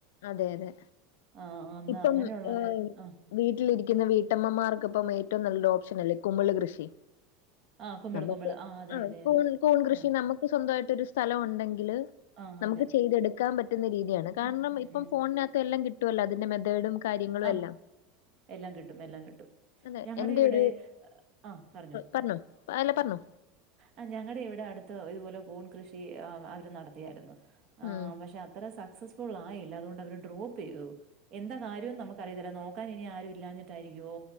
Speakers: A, on the left; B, on the right.
A: അതെ അതെ
B: ആ അന്ന്
A: ഇപ്പം
B: അങ്ങനെയുള്ളത്
A: ഏഹ്
B: ആ.
A: വീട്ടിലിരിക്കുന്ന വീട്ടമ്മമാർക്കപ്പം ഏറ്റവും നല്ലൊരു
B: ആഹ്
A: ഓപ്ഷൻ അല്ലേ കുമള് കൃഷി.
B: ആഹ് കുമ്പിള്
A: നമുക്ക്
B: കുമ്പിള് അതെ
A: ആഹ്
B: അതെ
A: കൂൺ
B: അതെ
A: കൂൺകൃഷി
B: ആഹ്
A: നമുക്ക് സ്വന്തമായിട്ടൊരു സ്ഥലം ഉണ്ടെങ്കില്.
B: ആഹ്
A: നമുക്ക്
B: അതെ
A: ചെയ്തെടുക്കാ പറ്റുന്ന രീതിയാണ് കാരണം
B: ഉം
A: ഇപ്പം
B: ഉം
A: ഫോണിനകത്ത എല്ലം കിട്ടുവല്ലോ അതിന്റെ മെതേഡും ക. കാര്യങ്ങളു
B: ആം
A: എല്ലാം.
B: എല്ലാം കിട്ടും എല്ലാം കിട്ടും
A: അതെ
B: ഞങ്ങളിവടെ
A: എന്റെ ഒരു
B: ആ പർഞ്ഞു.
A: പറഞ്ഞോ? അല്ല പർഞ്ഞു.
B: ആ ഞങ്ങളിവിടെ അടുത്ത് ഇതുപോലെ പൂൺ കൃഷി അ അവര് നടത്തിയാര്ന്നു ആ
A: മ്മ്.
B: പക്ഷെ. ത്ര സക്സസ്ഫുൾ ആയില്ല അതുകൊണ്ട് അവര് ഡ്രോപ്പെയ്തു എന്താ കാ രു നമുക്കറിയതില്ല നോക്കാൻ ഇനി ആരു ഇല്ലാഞ്ഞിട്ടായിരിക്കോ